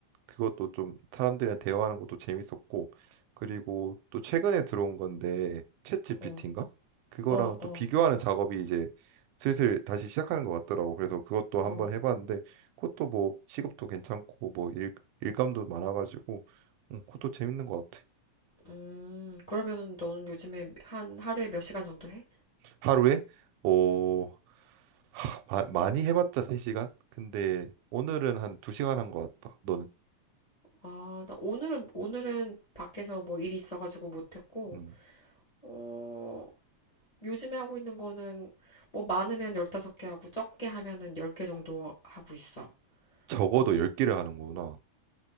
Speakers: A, on the right; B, on the left.
A: 그것도 좀 사람들이랑 대화하는 것도 재밌었고 그리고 또 최근에 들어온 건데 챗 GPT인가?
B: 어,
A: 그거랑
B: 어, 어,
A: 또 비교하는 작업이 이제 슬슬 다시 시작하는 것 같더라고. 그래서 그것도
B: 어.
A: 한번 해봤는데 그것도 뭐 시급도 괜찮고 뭐 일, 일감도 많아가지고 음, 그것도 재밌는 것 같아.
B: 음, 그러면은 너는 요즘에 한 하루에 몇 시간 정도 해?
A: 하루에 어 하, 마- 많이 해봤자 3시간? 근데 오늘은 한 2시간 한 것 같다. 너는
B: 아, 나 오늘은, 오늘은 밖에서 뭐 일이 있어가지고 못했고,
A: 음,
B: 어, 요즘에 하고 있는 거는 뭐 많으면 열다섯 개 하고 적게 하면은 열 개 정도 하고 있어.
A: 적어도
B: 어,
A: 10개를 하는구나.